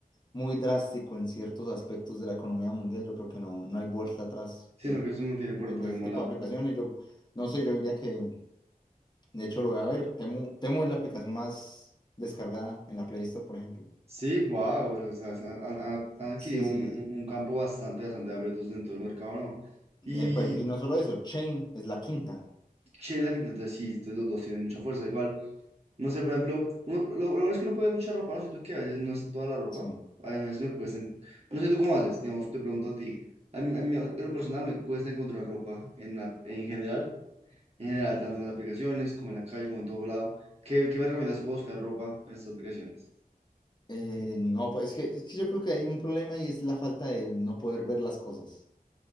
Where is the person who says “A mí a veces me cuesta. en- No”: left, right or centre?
Right